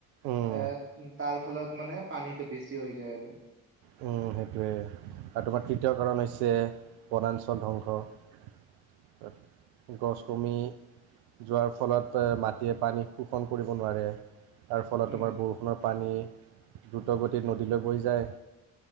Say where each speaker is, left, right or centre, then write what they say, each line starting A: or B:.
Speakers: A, on the right (about 60°); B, on the right (about 30°).
A: উম
B: এ তাৰ ফলত মানে পানীটো বেছি হৈ যায় আৰু
A: সেইটোৱে আৰু তোমাৰ তৃতীয় কাৰণ হৈছে বনাঞ্চল ধ্বংস গছ কমি <unintelligible> যোৱাৰ ফলত মাটিয়ে পানী শোষণ কৰিব নোৱাৰে তাৰ ফলত
B: উম
A: তোমাৰ বৰষুণৰ পানী দ্ৰুত গতিত নদীলৈ বৈ যায়